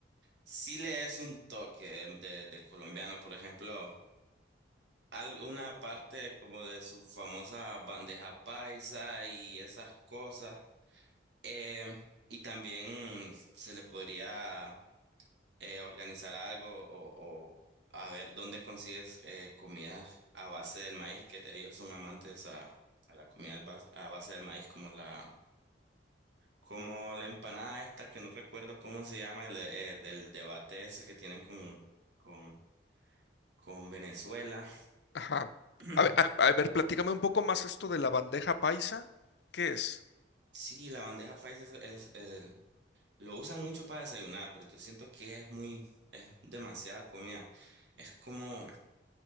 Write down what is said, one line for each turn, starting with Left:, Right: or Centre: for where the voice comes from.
Right: sí le des un toque de, de colombiano, por ejemplo, alguna parte como de su famosa bandeja paisa y esas cosas. Eh, y también se le podría eh, organizar algo o, o a ver dónde consigues eh, comida a base del maíz, que ellos son amantes a, a la comida al bas- a base del maíz, como la, como la empanada esta, que no recuerdo cómo se llama, el- eh, del debate ese que tienen con, con, con Venezuela.
Left: Ajá.
Right: <clears throat>
Left: A ver, a- a ver, platícame un poco más esto de la bandeja paisa. ¿Qué es?
Right: Sí, la bandeja paisa es, es, eh, lo usan mucho para desayunar, pero yo siento que es muy, es demasiada comida. Es como